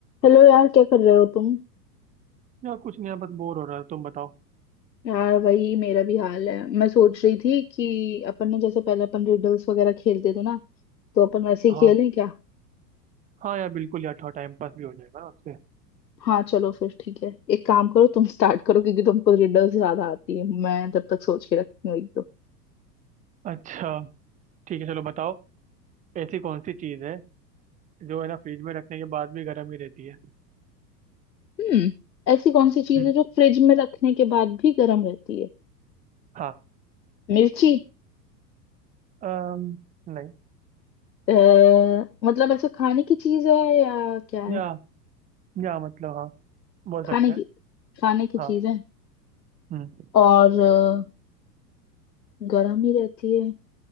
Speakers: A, on the left; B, on the right.
A: Hello यार क्या कर रहे हो तुम
B: यार कुछ नहीं यार बस बोर हो रहा है तुम बताओ
A: यार वही मेरा भी हाल है मैं सोच रही थी कि अपन ने जैसे पहले अपन रिडल्स वगैरह खेलते थे ना तो अपन वैसे ही
B: हाँ
A: खेलें क्या
B: हाँ यार बिल्कुल यार थोड़ा टाइम पास भी हो जाएगा ना उससे
A: हाँ चलो फिर ठीक है एक काम करो तुम स्टार्ट करो क्योंकि तुमको रिडल्स ज्यादा आती है मैं जब तक सोच के रखती हूँ एक दो
B: अच्छा ठीक है चलो बताओ ऐसी कौन सी चीज़ है जो है ना फ्रिज में रखने के बाद भी गर्म ही रहती है
A: हम्म ऐसी कौन सी चीज
B: हम्म,
A: है जो फ्रिज में रखने के बाद भी गर्म रहती है
B: हाँ
A: मिर्ची
B: अम, नहीं
A: आ, मतलब ऐसे खाने की चीज है या क्या है
B: या या मतलब हाँ बोल
A: खाने
B: सकते हैं
A: की खाने की
B: हाँ
A: चीज है
B: हम्म
A: और अ, गर्म ही रहती है